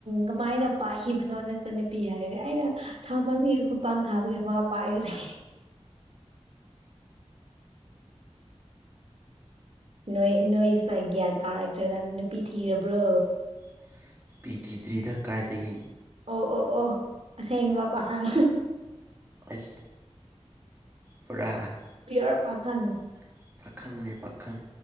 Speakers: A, on the right (about 70°); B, on the right (about 20°).
A: ꯀꯃꯥꯏꯅ ꯄꯥꯏꯈꯤꯕꯅꯣ ꯅꯆꯥꯟꯅꯨꯄꯤ ꯍꯥꯏꯔꯗꯤ ꯑꯩꯅ ꯁꯥꯎꯃꯥꯟꯒꯤ ꯈꯨꯄꯥꯛꯅ ꯊꯥꯕꯒꯤ ꯃꯥ ꯄꯥꯏꯒ꯭ꯔꯦ ꯅꯣꯏ ꯅꯣꯏꯁꯦ ꯒ꯭ꯌꯥꯟ ꯇꯥꯔꯛꯇ꯭ꯔꯦꯗ ꯅꯨꯄꯤ ꯊꯤꯔꯕ꯭ꯔꯣ
B: ꯑꯣ ꯅꯨꯄꯤ ꯊꯤꯗ꯭ꯔꯤꯗ ꯀꯥꯏꯗꯒꯤ
A: ꯑꯣ ꯑꯣ ꯑꯣ ꯑꯁꯦꯡꯕ ꯄꯥꯈꯪ
B: ꯑꯩꯁ ꯄꯨꯔꯥ
A: ꯄꯤꯌꯣꯔ ꯄꯥꯈꯪ
B: ꯈꯪ ꯄꯥꯈꯪꯅꯦ ꯄꯥꯈꯪ